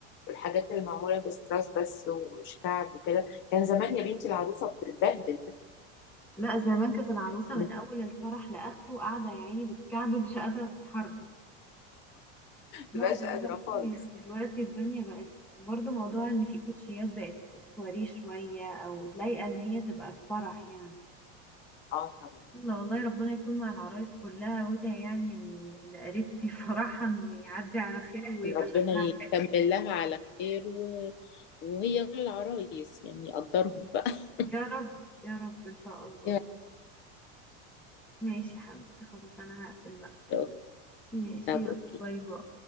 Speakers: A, on the left; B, in the centre.
A: والحاجات اللي معموله بستراس بس ومش كعب وكده كان زمان يا بنتي العروسه بتتبهدل
B: لا زمان كانت العروسة
A: <laughs>
B: من
A: ما
B: أول الفرح لآخره قاعدة يعني بالكعب مش قادرة تتحرك لا
A: بتبقاش
B: دلوقتي
A: قادره خالص
B: دلوقتي الدنيا بقت برضو موضوع ان في كوتشيات بقت سواريه شوية او لايقة ان هي تبقى في فرح يعني
A: اه طبعا
B: الله والله ربنا يكون مع العرايس كلها وادعي يعني ل- لقريبتي <laughs> فرحها انه يعدي <laughs> على خير ويبقى
A: ربنا
B: شكلها
A: يكمل
B: حلو
A: لها على خير و... وهي كل العرايس يعني يقدرهم بقى <laughs>
B: يا رب يا رب ان شاء الله
A: يا
B: ماشي يا حبيبتي خلاص انا هقفل بقى
A: الله
B: ماشي
A: طب
B: يلا
A: اوكي
B: باي باي